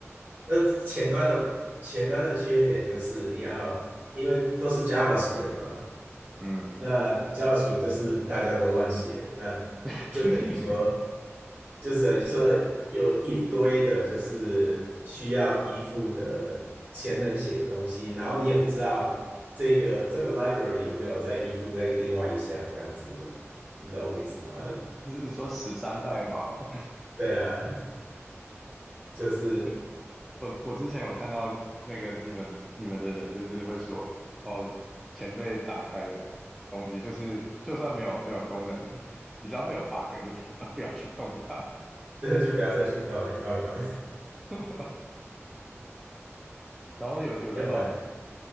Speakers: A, on the right; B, in the centre.
A: 那前端的前端的缺点就是你要，因为都是 JavaScript 嘛，
B: 嗯，
A: 那 JavaScript 就是大家都乱写，那
B: <laughs>
A: 就等于说，就等于说有一堆的，就是需要依附的前人写的东西，然后你也不知道这个这个 library 有没有在依附在另外一项这样子，你懂我意思吗？<laughs>
B: 是是说死三代码吗？
A: 对啊，就是
B: <laughs> 我我我之前有看到那个你们的你们的人，就是会说，哦，前辈打开的东西，就是就算没有没有功能，<laughs> 你只要没有 bug，你就不要不要去动它。
A: <laughs> 这就不要再去动了，就不要管，
B: <laughs> 然后有有那种，
A: <laughs> 要不然